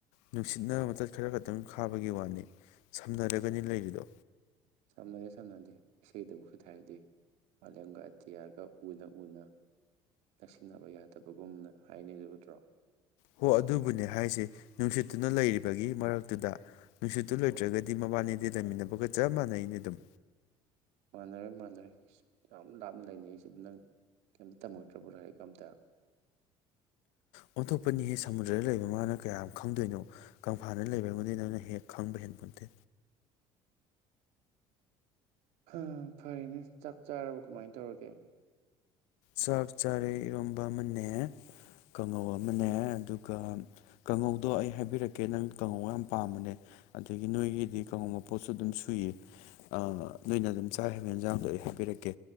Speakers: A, on the left (about 85°); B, on the right (about 75°).
A: ꯅꯨꯡꯁꯤꯠꯅ ꯃꯇꯠ ꯈꯔ ꯈꯛꯇꯪ ꯈꯥꯕꯒꯤ ꯋꯥꯅꯤ ꯁꯝꯅꯔꯒꯅꯤ ꯂꯩꯔꯤꯗꯣ
B: ꯁꯝꯅꯗꯦ ꯁꯝꯅꯗꯦ ꯏꯁꯩꯗꯕꯨ ꯊꯥꯔꯗꯤ ꯃꯥꯂꯦꯝꯒ ꯑꯇꯤꯌꯥꯒ ꯎꯅ ꯎꯅ ꯅꯛꯁꯤꯟꯅꯕ ꯌꯥꯗꯕꯒꯨꯝꯅ ꯍꯥꯏꯅꯔꯤꯗꯨ ꯎꯔꯣ
A: ꯍꯣ ꯑꯗꯨꯕꯨꯅꯦ ꯍꯥꯏꯁꯦ ꯅꯨꯡꯁꯤꯠꯇꯨꯅ ꯂꯩꯔꯤꯕꯒꯤ ꯃꯔꯛꯇꯨꯗ ꯅꯨꯡꯁꯤꯠꯇꯨ ꯂꯩꯇ꯭ꯔꯒꯗꯤ ꯃꯕꯥꯅꯤꯗꯤ ꯂꯩꯃꯤꯟꯅꯕꯒ ꯆꯞ ꯃꯥꯟꯅꯩꯅꯦ ꯑꯗꯨꯝ
B: ꯃꯥꯟꯅꯔꯣꯢ ꯃꯥꯟꯅꯔꯣꯢ ꯏꯁ ꯌꯥꯝ ꯂꯥꯞꯅ ꯂꯩꯅꯩꯁꯤꯕꯨ ꯅꯪ ꯀꯩꯝꯇ ꯇꯝꯃꯛꯇ꯭ꯔꯕꯣ ꯂꯥꯏꯔꯤꯛꯀ ꯑꯝꯇ
A: ꯑꯣꯟꯊꯣꯛꯄꯅꯤ ꯍꯦ ꯁꯃꯨꯗ꯭ꯔꯗ ꯂꯩꯕ ꯃꯥꯅ ꯀꯌꯥꯝ ꯈꯪꯗꯣꯏꯅꯣ ꯀꯪꯐꯥꯜꯗ ꯂꯩꯕ ꯑꯩꯉꯣꯟꯗꯒꯤ ꯅꯪꯅ ꯍꯦꯟ ꯈꯪ ꯍꯦꯟꯄꯣꯟꯇꯦ
B: ꯍꯥ ꯐꯔꯦꯅꯦ ꯆꯥꯛ ꯆꯥꯔꯕꯣ ꯀꯃꯥꯏ ꯇꯧꯔꯒꯦ
A: ꯆꯥꯛ ꯆꯥꯔꯦ ꯏꯔꯣꯝꯕ ꯑꯃꯅꯦ ꯀꯥꯡꯉꯧ ꯑꯃꯅꯦ ꯑꯗꯨꯒ ꯀꯥꯡꯍꯧꯗꯣ ꯑꯩ ꯍꯥꯏꯕꯤꯔꯛꯀꯦ ꯅꯪ ꯀꯥꯡꯉꯧ ꯌꯥꯝ ꯄꯥꯝꯕꯅꯦ ꯑꯗꯒꯤ ꯅꯣꯏꯒꯤꯗꯤ ꯀꯥꯡꯉꯧ ꯃꯄꯣꯠꯁꯨ ꯑꯗꯨꯝ ꯁꯨꯏ ꯑꯥ ꯅꯣꯏꯅ ꯑꯗꯨꯝ ꯆꯥꯔꯤꯕ ꯍꯦꯟꯖꯥꯡꯗꯣ ꯑꯩ ꯍꯥꯏꯕꯤꯔꯛꯀꯦ